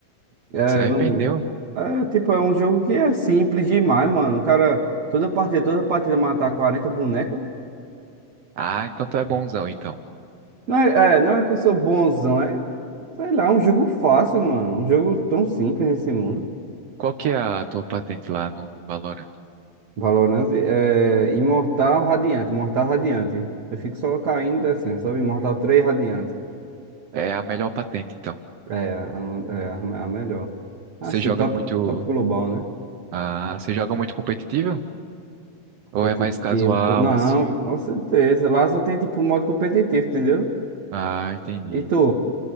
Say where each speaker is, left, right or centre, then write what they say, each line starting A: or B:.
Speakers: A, on the right (about 55°); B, on the right (about 85°).
A: É,
B: Se arrependeu?
A: não. É, tipo, é um jogo que é simples demais, mano. O cara, toda partida, toda partida matar 40 bonecos.
B: Ah, então tu é bonzão, então.
A: Não é, é, não é que eu sou bonzão, é, sei lá, é um jogo fácil, mano. Um jogo tão simples nesse mundo.
B: Qual que é a tua patente lá no Valorant?
A: Valorant é Imortal Radiante, Imortal Radiante. Eu fico só caindo e descendo, sabe? Imortal 3 Radiante.
B: É a melhor patente, então.
A: É, a, a- é a, a melhor. Assim,
B: Você joga
A: top,
B: muito.
A: top global, né?
B: Ah, você joga muito competitivo?
A: Competitivo.
B: Ou é mais casual,
A: co- Não,
B: assim?
A: com certeza. Lá só tem tipo modo competitivo, entendeu?
B: Ah, entendi.
A: E tu?